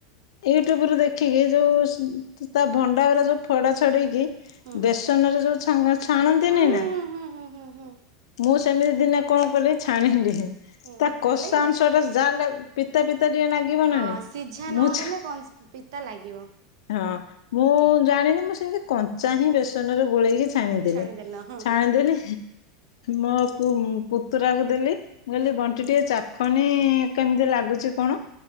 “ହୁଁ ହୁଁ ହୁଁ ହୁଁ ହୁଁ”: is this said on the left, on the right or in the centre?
Right